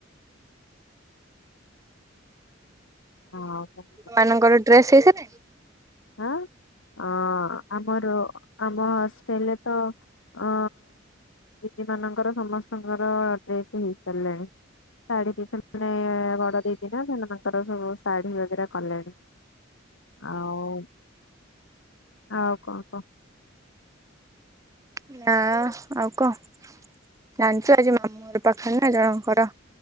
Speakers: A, on the left (about 80°); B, on the right (about 15°).
A: ହଁ କଣ
B: ମାନଙ୍କର ଡ୍ରେସ ହେଇ।
A: ହଁ। ଅ ଆମର ଆମ। ଲେ ତ ଅ ଦିଦି ମାନଙ୍କର ସମସ୍ତଙ୍କର ଡ୍ରେସ ହେଇସାରିଲଣି ଶାଢୀ ପ। ମାନେ ବଡ ଦେଇ। ନା ସେ ତାଙ୍କର ସବୁ ଶାଢୀ ବଗେରା କଲେଣି ଆଉ। ହଉ କହ କହ।
B: ନା ଆଉ କଣ ଜାଣିଛୁ ଆଜି ମାମୁଁ ପାଖରେ ନା ଜଣଙ୍କର